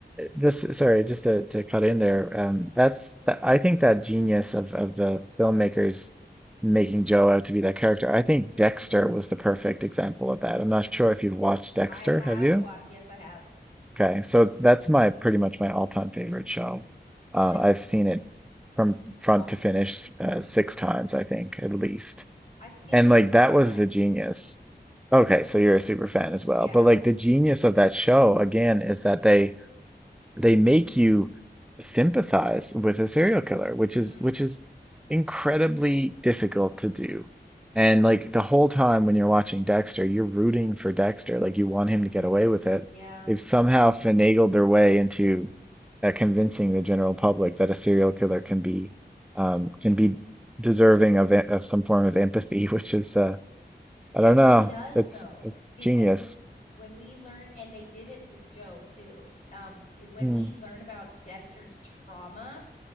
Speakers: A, in the centre; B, on the left.
A: just sorry, just to, to cut in there. Um, that's that, I think that genius of of the filmmakers making Joe out to be that character. I think Dexter was the perfect example of that. I'm not sure if you've watched Dexter,
B: I have
A: have you?
B: what? Yes, I have.
A: Okay, so it's- that's my pretty much my all-time favorite show.
B: No,
A: Uh,
B: it
A: I've seen it from front
B: multiple.
A: to finish uh, six times, I think, at least.
B: I've seen
A: And
B: it
A: like
B: three
A: that
B: times.
A: was the genius. Okay, so you're a super fan as well.
B: Yeah.
A: But like the genius of that show again is that they they make you sympathize with a serial killer, which
B: Mm-hmm.
A: is which is incredibly difficult to do. And like the whole time when you're watching Dexter, you're rooting for Dexter, like you want him to get away with it.
B: Yeah.
A: They've somehow finagled their way into uh, convincing the general public that a serial killer can be um, can be deserving of e- of some form of empathy, <laughs> which is uh, I
B: But
A: don't
B: he
A: know.
B: does
A: It's
B: though,
A: it's
B: because
A: genius.
B: when we learn, and they did it with Joe too. Um, it- when
A: Mm,
B: we learn about Dexter's trauma,